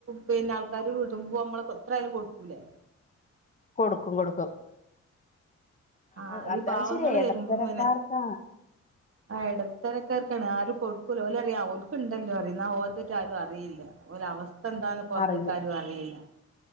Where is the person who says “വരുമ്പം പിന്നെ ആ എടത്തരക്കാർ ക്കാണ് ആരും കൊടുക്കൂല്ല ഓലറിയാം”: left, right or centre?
Right